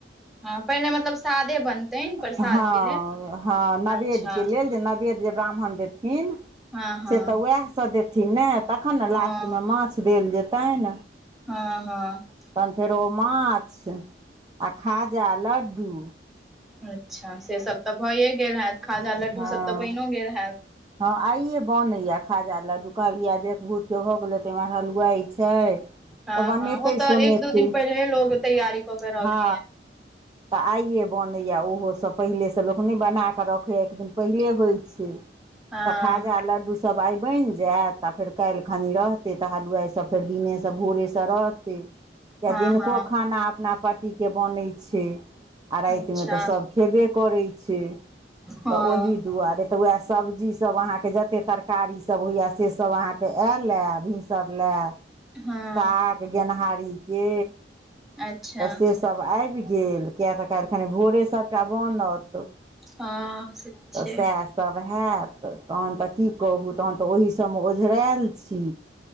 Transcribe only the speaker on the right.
ह-हँ-हॅं
नवेद
के लेल जे नवेद जे ब्राह्मण देथिन,
से तऽ वएह सऽ देथिन ने। तखन न
लास्ट में माछ देल जेतैन।
तहन फेरो माछ, आ खाजा, लड्डू।
हँ
हँ आइए बनैया खाजा लड्डू, कहलियै जे एकभूक्त भऽ गेल हेतै, एमहर हलुवाइ छै।
तऽ बनेतै
सुनैते,
हँ। तऽ आइयए बनैए ओहो सभ। पहिले सँ लोक नई बना कऽ रखैए छै। एक दिन पहिले होइत छै।
तऽ खाजा लड्डू स सब आइ बनि जायत, आ फेर काल्ह खनि रहते तऽ हलुआइ सब फेर दिने सँ भोरे से तऽ रहते,
दिनको
खाना अपना पाटी के बनै छै। आ राइत
में तऽ सभ खेबे करै छे,
तऽ ओहि दुआरे तऽ वएह सब्जी तब अहांके जते तरकारी सभ होइए, से सभ अहाँ के आयले भिनसर लए
साग गेनहारी के
तऽ से सभ आइब गेल, किएक तऽ काल्हि खनि भोरे सभटा बनत।
तऽ सैह। यब हैत, तहन तऽ की कहू, तहन तऽ ओहि सबमें ओझरायल छी।